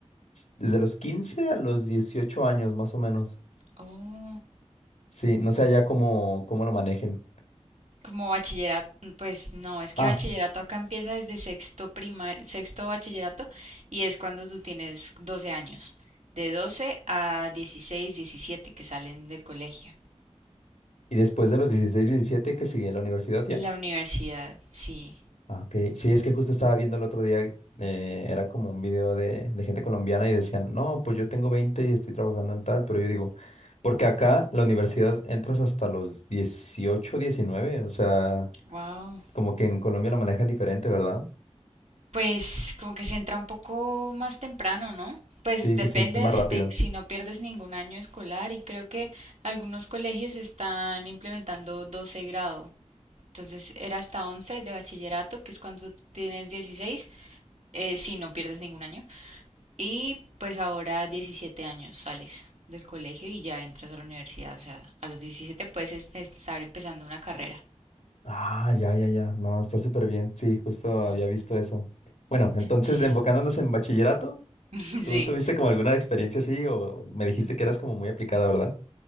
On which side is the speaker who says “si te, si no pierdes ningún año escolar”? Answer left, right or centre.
Right